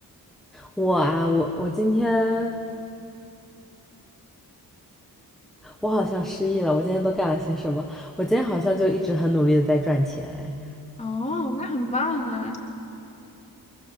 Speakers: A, in the centre; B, on the left.
A: 我啊，我我今天我好像失忆了。我今天都干了些什么？我今天好像就一直很努力的在赚钱，
B: 哦，那很棒啊！